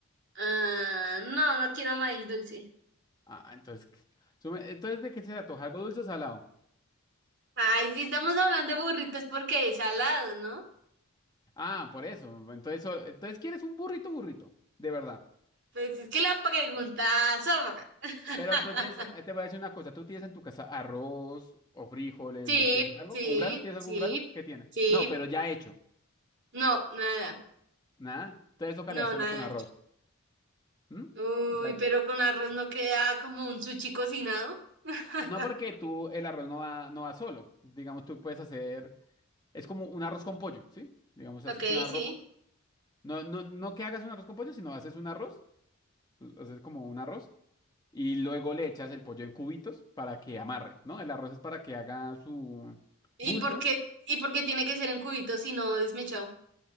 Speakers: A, on the right (about 55°); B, on the left (about 20°).
A: Ah, no, no quiero maíz dulce.
B: Ah, entonces, ¿qué- sume- entonces ¿de qué se antoja? ¿Algo dulce o salado?
A: Ay, sí estamos hablando de burritos porque es salado, ¿no?
B: Ah, por eso. Entonces, so- entonces quieres un burrito, burrito, de verdad.
A: Pues es que la pregunta sobra. <laughs>
B: Pero entonces eh, te voy a decir una cosa, ¿tú tienes en tu casa arroz o frijoles,
A: Sí,
B: lentejas, algo?
A: sí,
B: ¿Un grano? ¿Tienes
A: sí,
B: algún grano? ¿Qué tienes?
A: sí.
B: No, pero ya hecho.
A: No, nada.
B: Nada. Entonces tocaría
A: No,
B: hacerlo
A: nada
B: con arroz.
A: hecho.
B: ¿m?
A: Uy,
B: O sea,
A: pero con arroz no queda como un sushi cocinado. <laughs>
B: no porque tú el arroz no va, no va solo. Digamos, tú puedes hacer Es como un arroz con pollo, ¿sí? Digamos,
A: Ok,
B: haces un arroz.
A: sí.
B: No, no, no que hagas un arroz con pollo, sino haces un arroz, haces como un arroz, y luego le echas el pollo en cubitos para que amarre, ¿no? El arroz es para que haga su
A: ¿Y
B: bulto.
A: por qué, y por qué tiene que ser en cubitos si no desmechado?